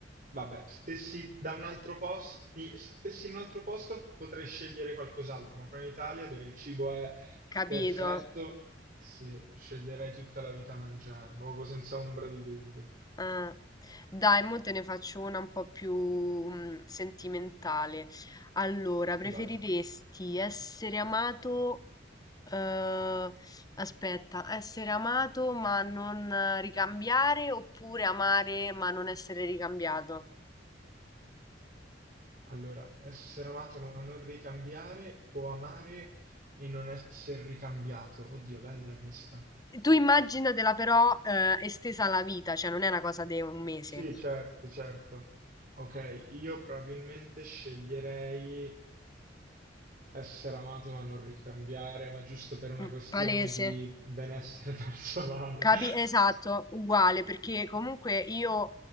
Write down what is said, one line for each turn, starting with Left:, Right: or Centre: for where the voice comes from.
Right: vabbè, stessi da un altro posto, stessi in un altro posto potrei scegliere qualcos'altro, ma qua in Italia dove il cibo è
Left: Capito?
Right: perfetto, sì, sceglierei tutta la vita a mangiare, ma proprio senza ombra di dubbio.
Left: Ah. Dai, mo te ne faccio una un po' più mm, sentimentale. Allora, preferiresti
Right: Dai.
Left: essere amato, eh, aspetta, essere amato ma non eh, ricambiare oppure amare ma non essere ricambiato?
Right: Allora, essere amato ma non ricambiare o amare e non essere ricambiato. Oddio, bella questa.
Left: Tu immaginatela però, eh, estesa alla vita, cioè non è una cosa di un mese.
Right: Sì, certo, certo. Ok, io probabilmente sceglierei essere amato ma non ricambiare, ma giusto per una
Left: Mm,
Right: questione
Left: Palese.
Right: di benessere <laughs> personale.
Left: Capi- esatto, uguale, perché comunque io